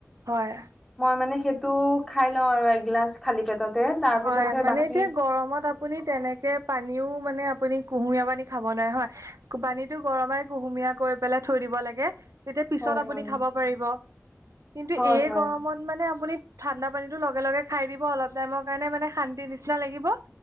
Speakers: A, on the right (about 80°); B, in the centre.
A: হয়। <inaudible>
B: মই মানে সেইটো খাই লওঁ আৰু এগিলাচ খালি পেটতে তাৰ
A: হয়
B: পিছতহে
A: মানে
B: বা <inaudible>
A: এতিয়া গৰমত আপুনি তেনেকে পানীও মানে আপুনি কুহুমীয়া পানী খাব নোৱাৰে হয়। <inaudible> পানীটো গৰমে কুহুমীয়া কৰি পেলাই থৈ দিব লাগে। <inaudible> তেতিয়া পিছত
B: হয়
A: আপুনি
B: হয়
A: খাব পাৰিব। কিন্তু
B: হয়
A: এই
B: হয়
A: গৰমত <inaudible> মানে আপুনি ঠাণ্ডা পানীটো লগে-লগে খাই দিব অলপ টাইমৰ কাৰণে মানে শান্তি নিচিনা লাগিব। <inaudible>